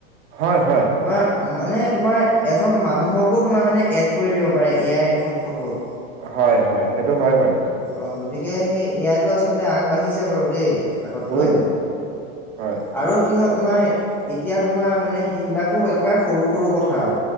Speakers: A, on the right; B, in the centre.
A: হয় হয়
B: তোমাৰ মানে তোমাৰ এজন মানুহকো তোমাৰ মানে এড কৰি দিব পাৰে, এ য়াই এখন ফটোত।
A: হয়, হয়, সেইটো হয় বাৰু।
B: অ' গতিকে সেই এয়াইটো আচলতে আগবাঢ়িছে বাৰু দেই আগতকৈ
A: উম হয়
B: আৰু কি হয় তোমাৰ এতিয়া তোমাৰ মানে সেইবিলাক এইটো একেবাৰে সৰু, সৰু কথা আৰু